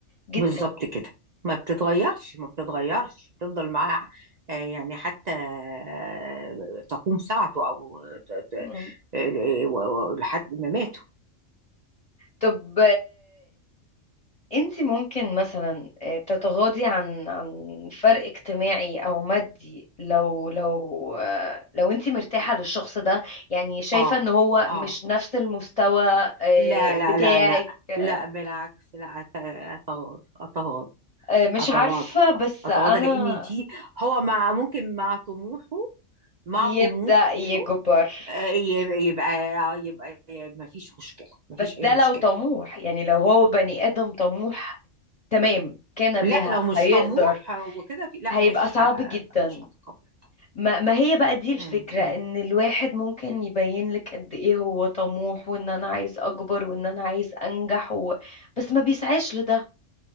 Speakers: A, on the left (about 35°); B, on the right (about 70°).
A: جدا
B: بالظبط كده ما بتتغيرش ما بتتغيرش تفضل معاه آه، يعني حتى آه، تقوم ساعته او ت- ت-
A: مم.
B: آه، آه، و- و- لحد ما ماته
A: طب انت ممكن مثلا آه، تتغاضي عن عن فرق اجتماعي او مادي لو لو آه، لو انت مرتاحة للشخص ده يعني شايفة
B: اه
A: ان هو
B: اه
A: مش نفس المستوى آه،
B: لا
A: بتاعك
B: لا لا لا
A: آه،
B: لا بالعكس لا أت- اتغاضى اتغاضى
A: آه، مش
B: اتغاضى
A: عارفة بس
B: اتغاضى
A: انا
B: لان دي هو مع ممكن مع طموحه مع
A: يبدأ
B: طموحه
A: يكبر
B: آه، يبقى يبقى, يبقى ما فيش مشكلة ما فيش
A: بس
B: اي
A: ده
B: مشكلة
A: لو طموح يعني لو هو بني آدم طموح تمام كان بها
B: لا لو مش
A: هيقدر
B: طموح وكده في لا
A: هيبقى
B: مش
A: صعب
B: ه...
A: جدا
B: لا مش هتقبل طبعا
A: ما ما هي بقى دي الفكرة
B: مم، مم،
A: ان الواحد ممكن يبين لك قد ايه هو طموح وان انا عايز اكبر وان انا عايز انجح و... بس ما بيسعاش لده